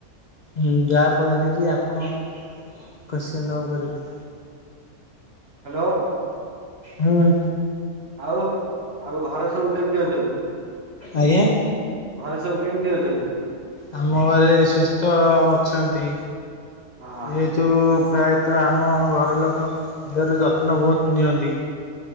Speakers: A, on the left; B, on the right.
A: ମୁଁ ଯାହା ଫଳରେ କି ଆପଣ ଖସି ଅନୁଭବ କରିବେ।
B: ହ୍ୟାଲୋ।
A: ମୁଁ
B: ଆଉ ଆଉ ଘରେ ସବୁ କେମିତି ଅଛନ୍ତି
A: ଆଜ୍ଞା
B: ଘରେ ସବୁ କେମିତି ଅଛନ୍ତି?
A: ଆମ ଘରେ ସୁସ୍ଥ ଅଛନ୍ତି।
B: ଓହୋ
A: ଯେ <unintelligible> ପ୍ରାୟତଃ ଆମ ଘର ଲୋକ ଦେହର ଯତ୍ନ ବହୁତୁ ନିଅନ୍ତି।